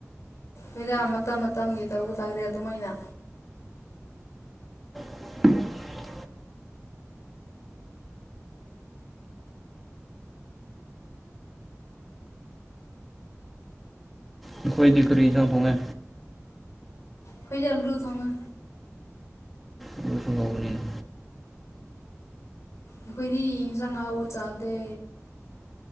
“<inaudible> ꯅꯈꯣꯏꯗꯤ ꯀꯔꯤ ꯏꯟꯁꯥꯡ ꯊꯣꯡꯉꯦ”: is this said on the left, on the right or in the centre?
Centre